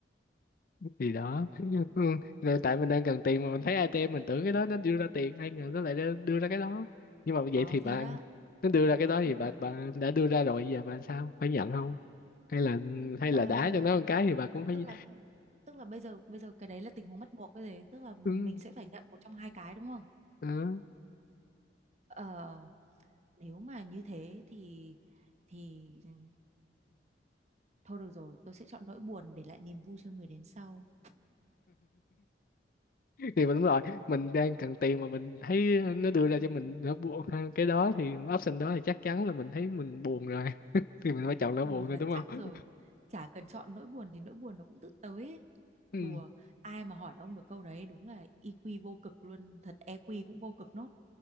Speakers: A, on the left; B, on the right.
A: thì đó <laughs> ừ. rồi tại mình đang cần tiền mà mình thấy ATM mình tưởng cái đó nó đưa ra tiền ai ngờ nó lại đưa, đưa ra cái đó nhưng mà
B: ờ
A: vậy thì bạn
B: thế đó
A: nó đưa ra cái đó thì
B: nhưng
A: bà
B: mà
A: bà đã đưa ra rồi giờ bà sao phải nhận không hay là hay
B: ờ,
A: là đá cho nó một cái thì bà cũng phải
B: tức là tức là bây giờ bây giờ cái đấy là tình huống bắt buộc cái gì tức là mình
A: ừ.
B: sẽ phải nhận một trong hai cái đúng không
A: đó.
B: ờ, nếu mà như thế thì thì ừ, thôi được rồi tôi sẽ chọn nỗi buồn để lại niềm vui cho người đến sau
A: thì mình đúng rồi mình đang cần tiền mà mình thấy nó đưa ra cho mình nó buồn ha, cái đó thì option đó thì chắc chắn là mình thấy mình buồn rồi <laughs> thì mình phải chọn nó
B: buồn
A: buồn thôi
B: là
A: đúng
B: chắc
A: không
B: rồi chả cần chọn nỗi buồn thì nỗi buồn nó cũng tự tới ấy.
A: ừ,
B: đùa ai mà hỏi ông được câu đấy đúng là EQ vô cực luôn thật EQ cũng vô cực nốt